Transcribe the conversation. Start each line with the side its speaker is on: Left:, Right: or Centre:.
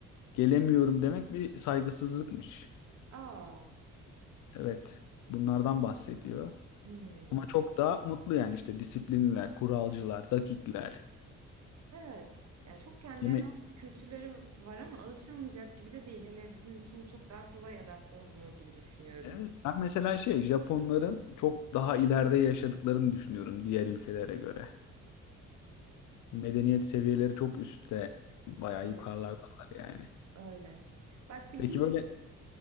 Left: gelemiyorum demek bir saygısızlıkmış.
Right: Aa.
Left: Evet, bunlardan bahsediyor.
Right: Hmm.
Left: Ama çok daha mutlu yani işte disiplinliler, kuralcılar, dakikler.
Right: Evet. Yani çok kendilerine
Left: Yemek.
Right: has bir kültürleri var ama alışılmayacak gibi de değil. Hele bizim için çok daha kolay adapte olunur gibi düşünüyorum.
Left: Evet, ben mesela şey Japonların çok daha ileride yaşadıklarını düşünüyorum diğer ülkelere göre. Medeniyet seviyeleri çok üstte, bayağı
Right: Evet,
Left: yukarılardalar yani.
Right: öyle. Bak bir
Left: Peki
Right: di-
Left: böyle